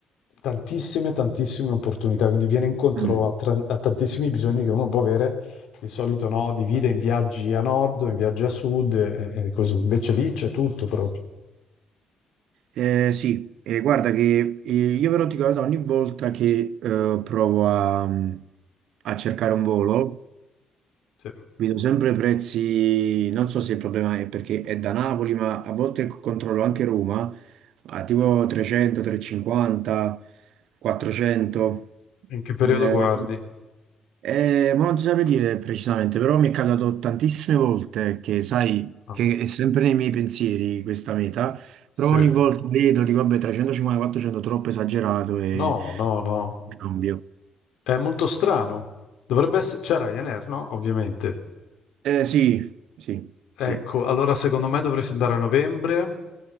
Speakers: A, on the left; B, on the right.
A: tantissime, tantissime opportunità, quindi viene incontro
B: Mm.
A: a, tra- a tantissimi bisogni che uno può avere. Di solito no, divide in viaggi a nord, in viaggi a sud e, e così. Invece lì c'è tutto proprio.
B: Eh, sì, eh, guarda che eh, io però ti guardo ogni volta che eh, provo a, mm, a cercare un volo,
A: Sì.
B: Vedo sempre prezzi, non so se il problema è perché è da Napoli, ma a volte controllo anche Roma, a tipo 300, 350, 400.
A: In che periodo
B: Eh,
A: guardi?
B: eh, ma non ti saprei dire precisamente, però mi è capitato tantissime volte che, sai,
A: Ah,
B: che è sempre nei miei pensieri questa meta,
A: sì.
B: però ogni volta vedo, dico, vabbè, 350, 400, troppo esagerato e
A: No, no, no.
B: cambio.
A: È molto strano. Dovrebbe essere... C'è Ryanair, no? Ovviamente.
B: Eh, sì, sì, sì.
A: Ecco, allora secondo me dovresti andare a novembre.